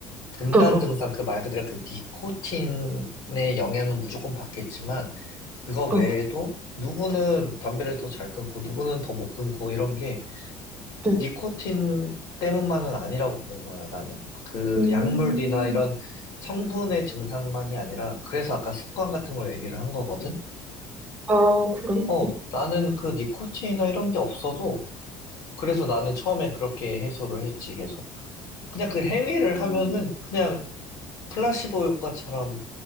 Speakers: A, on the left; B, on the right.
A: 금단
B: 응,
A: 증상 그 말 그대로 그 니코틴의 영향은 무조건 받겠지만 그거 외에도
B: 응,
A: 누구는 담배를 더 잘 끊고 누구는 더 못 끊고 이런 게
B: 응.
A: 니코틴 때문만은 아니라고 본 거야 나는 그
B: 음,
A: 약물이나 이런 성분의 증상만이 아니라 그래서 아까 습관 같은 걸 얘기를 한 거거든
B: 아, 그래?
A: 어 나는 그 니코틴이나 이런 게 없어도 그래서 나는 처음에 그렇게 해소를 했지 계속 그냥 그 행위를
B: 응.
A: 하면은 그냥 플라시보 효과처럼